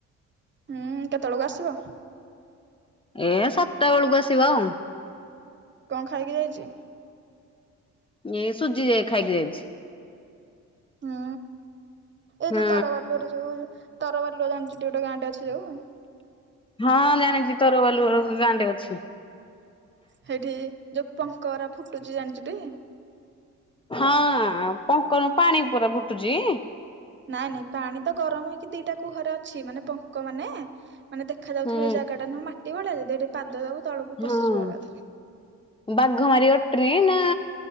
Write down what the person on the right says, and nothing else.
ହୁଁ କେତେବେଳକୁ ଆସିବ?
କଣ ଖାଇକି ଯାଇଛି?
ହୁଁ ଏଇ
ଯୋଉ ତରବାରଲୋ ରେ ଯୋଉ ତରବାରଲୋ ଜାଣିଚ ଟି ଜିଲ୍ଲା ଗୋଟେ ଗାଁ ଟେ ଅଛି ଯୋଉ
ସେଇଠି ଯୋଉ ପଙ୍କଗୁଡା ଫୁଟୁଛି ଜାଣିଛୁ ଟି?
ନାଇଁ ନାଇଁ ପାଣି ତ ଗରମ ହେଇକି ଦିଟା କୁହରେ ଅଛି ମାନେ ପଙ୍କ ମାନେ ମାନେ ଦେଖ ଦେଖାଯଉ
ଥିବା ସେ ଜାଗାଟା ନୁହଁ ମାଟି ଭଳିଆ ଯେ ଦେଠି ପାଦ ଦଉ ତଳକୁ
ପଶିଯିବ ଏକାଥରକେ।